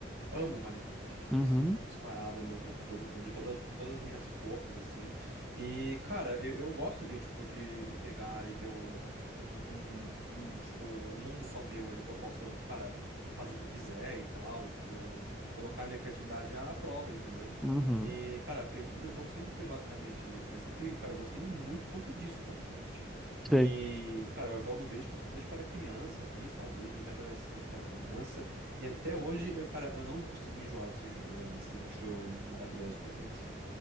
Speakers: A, on the right (about 60°); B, in the centre.
A: Amo Minecraft, tipo
B: Uhum,
A: assim, disparado, é meu jogo favorito de todas, com todas as minhas forças, assim. E, cara, eu, eu gosto de, tipo, de, de pegar e ter um, um, um, um, tipo, um mundo só meu ali que eu posso, cara, fazer o que eu quiser e tal, tipo, colocar minha criatividade à prova, entendeu?
B: uhum.
A: E, cara, a premissa do jogo sempre foi basicamente isso, né? Sempre, cara, eu gostei muito por conta disso do Minecraft. E,
B: Sei.
A: cara, eu jogo desde que eu, desde que eu era criança ali, sabe? Desde minha adolescência, que eu era criança. E até hoje, eu, cara, eu não consegui enjoar desse jogo, velho. Assim, acho maravilhoso, perfeito.